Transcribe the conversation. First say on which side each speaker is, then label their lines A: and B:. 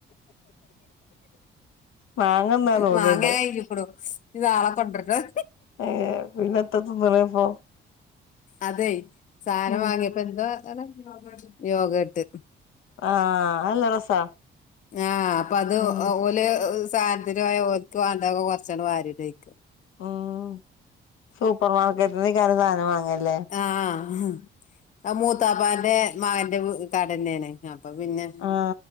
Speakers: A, on the left; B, on the left.
A: മാങ്ങന്നാന്ന് തോന്നുന്നുണ്ട്
B: മാങ്ങ കഴഞ്ഞിക്കുണു ഞ്ഞ് നാളെ കൊണ്ടരണം
A: ഏ പിന്നത്ത തിന്ന്ണ് പ്പോ
B: അതെ സാധനം
A: ഉം
B: വാങ്ങിയപ്പോ എന്താ അ യോഗട്ട്
A: ആ അല്ല രസാ
B: ആഹാ അപ്പത്
A: ഉം
B: ഓല് സാൻത്ത്ന് പോയ ഓൽക്ക് വാണ്ടൊക്കെ കൊറച്ചാണ്ട് വാര്യടയ്ക്ക്.
A: ഉം സൂപ്പർ മാർക്കറ്റ്ന്നൈകാരം സാധനം വാങ്ങല്ലേ?
B: ആ ഹ് ആഹ് മൂത്താപ്പാന്റെ മകന്റെ വ് കടന്നേണ് അപ്പപിന്നെ
A: ആ